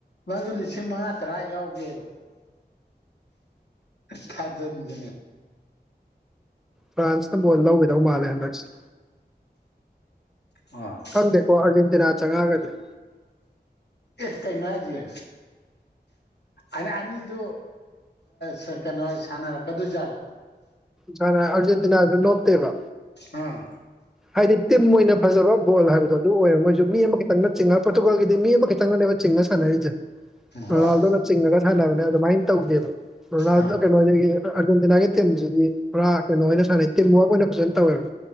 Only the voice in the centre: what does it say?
ꯐ꯭ꯔꯥꯟꯁꯅ ꯕꯣꯜ ꯂꯧꯒꯤꯗꯧ ꯃꯥꯜꯂꯦ ꯍꯟꯗꯛꯁꯦ
ꯈꯪꯗꯦꯀꯣ ꯑꯥꯔꯖꯦꯟꯇꯤꯅꯥ ꯆꯪꯉꯛꯑꯒꯗꯤ
ꯁꯔꯥ ꯑꯔꯖꯦꯟꯇꯤꯅꯥꯁꯨ ꯅꯣꯞꯇꯦꯕ
ꯍꯥꯏꯗꯤ ꯇꯤꯝ ꯑꯣꯏꯅ ꯐꯖꯕ ꯕꯣꯜ ꯍꯥꯏꯕꯗꯣ ꯑꯗꯨ ꯑꯣꯏꯔꯦ ꯃꯣꯏꯁꯨ ꯃꯤ ꯑꯃ ꯈꯤꯇꯪꯅ ꯆꯤꯡꯉ ꯄꯣꯔꯇꯨꯒꯜꯒꯤꯗꯤ ꯃꯤ ꯑꯃ ꯈꯤꯇꯪꯅꯅꯦꯕ ꯆꯤꯡꯉꯁ ꯁꯥꯟꯅꯔꯤꯁꯦ
ꯔꯣꯅꯥꯜꯗꯣꯅ ꯆꯤꯡꯉꯒ ꯁꯥꯟꯅꯕꯅꯦ ꯑꯗꯨꯃꯥꯏꯅ ꯇꯧꯗꯦꯕ ꯔꯣꯅꯥꯜꯗꯣ
ꯀꯩꯅꯣꯗꯒꯤ ꯑꯥꯔꯖꯦꯟꯇꯤꯅꯥꯒꯤ ꯇꯤꯝꯁꯤꯗꯤ ꯄꯨꯔꯥ ꯀꯩꯅꯣ ꯑꯣꯏꯅ ꯁꯥꯟꯅꯩ ꯇꯤꯝ ꯋꯔꯛ ꯑꯣꯏꯅ ꯐꯖꯅ ꯇꯧꯋꯦꯕ